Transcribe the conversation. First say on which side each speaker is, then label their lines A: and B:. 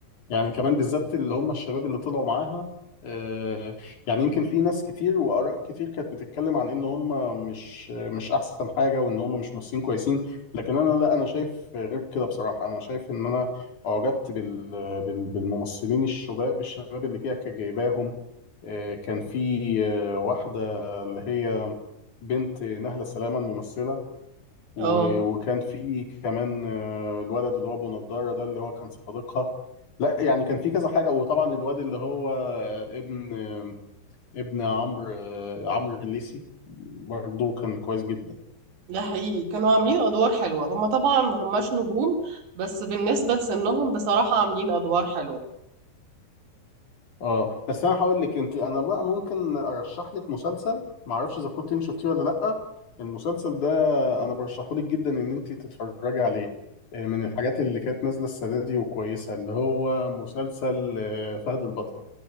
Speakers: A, on the left (about 45°); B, on the right (about 75°).
A: يعني كمان بالذات اللي هم الشباب اللي طلعوا معاها آه، يعني يمكن في ناس كتير وآراء كتير كانت بتتكلم عن ان هم مش مش احسن حاجة وان هم مش ممثلين كويسين لكن انا لا انا شايف غير كده بصراحة انا شايف ان انا اعجبت بال بال- بالممثلين الشباب الشباب اللي هي كانت جايباهم آه، كان في آه، واحدة اللي هي بنت نهلة سلامة الممثلة و-
B: اه
A: وكان في كمان آه، الولد اللي هو ابو نضاره ده اللي هو كان صديقها لا يعني كان في كذا حاجه وطبعا الواد اللي هو آه، ابن آه، ابن عمرو آه، عمرو الليثي برضه كان كويس جدا
B: ده حقيقي كانوا عاملين ادوار حلوة هما طبعا ما هماش نجوم بس بالنسبة لسنهم بصراحة عاملين ادوار حلوة
A: اه بس انا هقول لك انت انا بقى ممكن ارشح لك مسلسل ما اعرفش اذا كنت انت شفتيه ولا لا المسلسل ده انا برشحه لك جدا ان انت تتفرجي عليه آه، من الحاجات اللي كانت نازله السنه دي وكويسه اللي هو مسلسل آه، فهد البطل